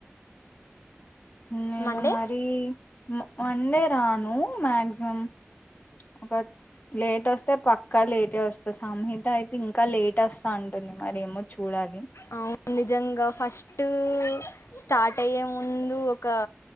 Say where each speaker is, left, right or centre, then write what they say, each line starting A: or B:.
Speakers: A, on the left; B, on the left.
A: నేను
B: మండే
A: మరి వన్ డే రాను మాక్సిమం <inaudible> లేట్ వస్తే పక్కా లేటే వస్తా సంహిత అయితే ఇంకా లేట్ వస్తా అంటుంది మరేమో చూడాలి
B: అవును నిజంగా ఫస్ట్ స్టార్ట్ అయ్యే ముందు ఒక